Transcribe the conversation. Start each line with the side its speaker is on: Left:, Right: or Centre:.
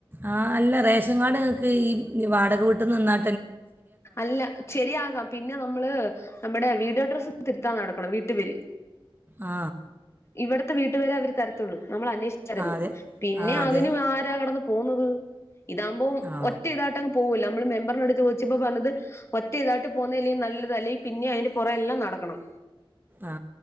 Right: ആ അല്ല റേഷൻ കാർഡ് ഇങ്ങക്ക് ഈ വാടക വീട്ടി നിന്നാ
Left: അല്ല ശരിയാകാം പിന്നെ നമ്മള് നമ്മുടെ വീട് അഡ്രസ്സ് തിരുത്താൻ നടക്കണം വീട്ടുപേര്
Right: ആ
Left: ഇവിടത്തെ വീട്ടുപേര് അവര് തരത്തൊള്ള് നമ്മൾ അന്വേഷിച്ചിരുന്നു
Right: ആ അതെ
Left: പിന്നെ
Right: ആ അതെ
Left: അതിന് ആരാ കെടന്ന് പോന്നത് ഇതാകുമ്പോ
Right: ആ
Left: ഒറ്റ ഇതായിട്ട് അങ്ങ് പോകൂല്ലോ മ്മള് മെമ്പർ ചോദിച്ചപ്പോ പറഞ്ഞത് ഒറ്റ ഇതായിട്ട് പോന്നല്ലേ നല്ലത് അല്ലെങ്കിൽ പിന്നെ അതിന്റെ പുറകെ എല്ലാം നടക്കണം
Right: ആ